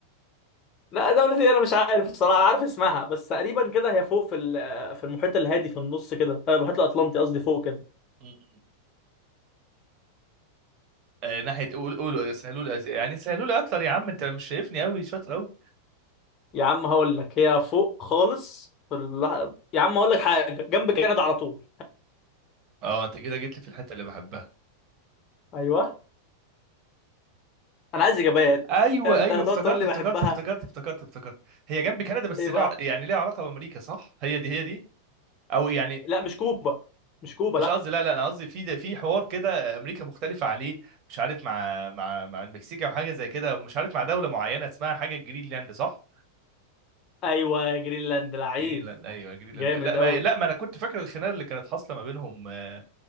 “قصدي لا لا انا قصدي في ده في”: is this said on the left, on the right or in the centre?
Right